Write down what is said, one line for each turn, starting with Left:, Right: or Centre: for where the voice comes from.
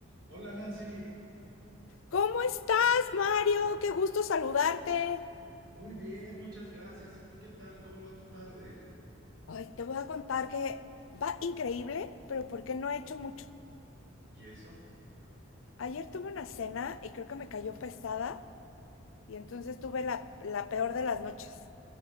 Right: Hola Nancy,
Left: ¿Cómo estás, Mario? Qué gusto saludarte.
Right: muy bien, muchas gracias. ¿Y tú qué tal? ¿Cómo va tu tarde?
Left: Ay, te voy a contar que va increíble, pero porque no he hecho mucho.
Right: ¿Y eso?
Left: Ayer tuve una cena y creo que me cayó pesada y entonces tuve la, la peor de las noches.